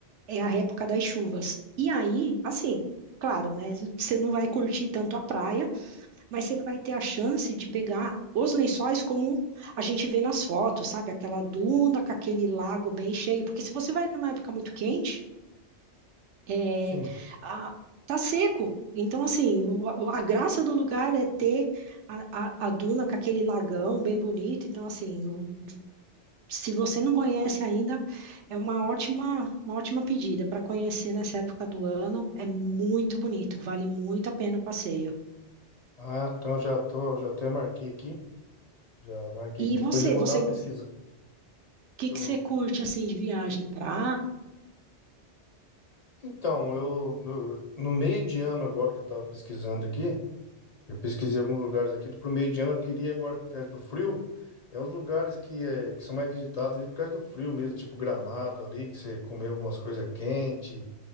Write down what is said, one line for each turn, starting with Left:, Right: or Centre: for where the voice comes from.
Right: é a época das chuvas. E aí, assim, claro, né? Você não vai curtir tanto a praia, mas você vai ter a chance de pegar os lençóis como a gente vê nas fotos, sabe? Aquela duna com aquele lago bem cheio, porque se você vai numa época muito quente, é,
Left: Sim.
Right: a- tá seco. Então, assim, o- a, a graça do lugar é ter a, a- a duna com aquele lagão bem bonito. Então, assim, o- se você não conhece ainda, é uma ótima, uma ótima pedida para conhecer nessa época do ano. É muito bonito, vale muito a pena o passeio.
Left: Ah, então já tô, já até marquei aqui. Já marquei
Right: E
Left: aqui. Depois
Right: você,
Left: eu vou
Right: você
Left: dar uma pesquisa.
Right: que
Left: Eu
Right: que
Left: vou-
Right: você curte assim de viagem? Praia?
Left: Então, eu no, no meio de ano agora que eu estava pesquisando aqui. Eu pesquisei alguns lugares aqui. Pro meio de ano eu queria ir agora por causa do frio. É os lugares que, é, que são mais visitados ali por causa do frio mesmo, tipo Gramado ali, que você comeu algumas coisas quentes,